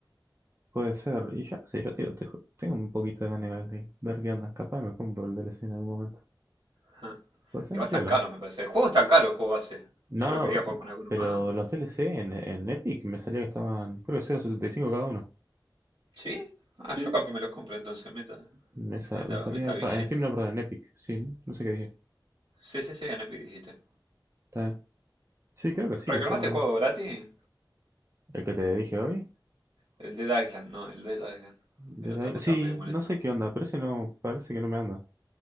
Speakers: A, on the right (about 35°); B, on the right (about 65°).
A: Puede ser. Y ya, sí, yo te digo, te ju- tengo un poquito de ganas de, de ver qué onda. Capaz me compro el DLC en algún momento.
B: Ajá.
A: Puede ser
B: Igual
A: piola.
B: tan caro, me parece. El juego es tan caro, el juego base.
A: No,
B: Yo lo
A: no,
B: quería jugar con alguno
A: pero
B: más.
A: los DLC en, en Epic me salía que estaban, creo que cero coma setenta y cinco cada uno.
B: ¿Sí? Ah,
A: Sí.
B: yo capaz me los compro entonces, meta.
A: Me, sa-
B: Meta,
A: me salía,
B: meta billete.
A: pa- en Steam no, perdón, en Epic, sí, ¿no? No sé qué dije.
B: Sí, sí, sí, en Epic dijiste.
A: Está bien. Sí, creo que sí,
B: ¿Reclamaste
A: que estaba
B: el juego gratis?
A: el que te dije hoy.
B: El Dead Island, no, el Dead Island.
A: Desde
B: El otaku
A: ahí-
B: estaba
A: sí,
B: medio molesto.
A: no sé qué onda, parece no, parece que no me anda,